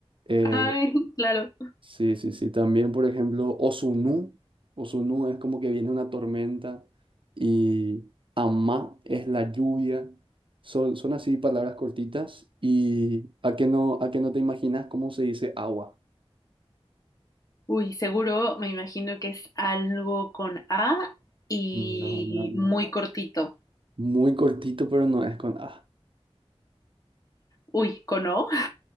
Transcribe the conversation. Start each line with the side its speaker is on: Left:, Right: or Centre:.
Right: eh,
Left: Ay, <laughs> claro.
Right: Sí, sí, sí. También, por ejemplo, Osunú. Osunú es como que viene una tormenta y Amá es la lluvia. Son, son así palabras cortitas. ¿Y a qué no, a qué no te imaginas cómo se dice agua?
Left: Uy, seguro me imagino que es algo con A y
Right: No, no, no.
Left: muy cortito.
Right: Muy cortito, pero no es con A.
Left: Uy, ¿con O?